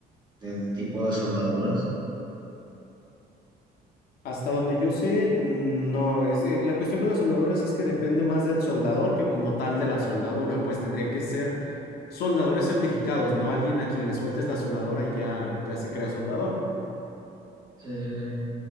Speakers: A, on the right (about 25°); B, on the left (about 65°).
A: del tipo de soldaduras.
B: Hasta donde yo sé, mm, no, es que la cuestión con las soldaduras es que depende más del soldador que como tal de la soldadura, pues tendrían que ser soldadores certificados, no alguien a quien le sueltes la soldadora y ya, ya se crea soldador.
A: Sí, sí, sí.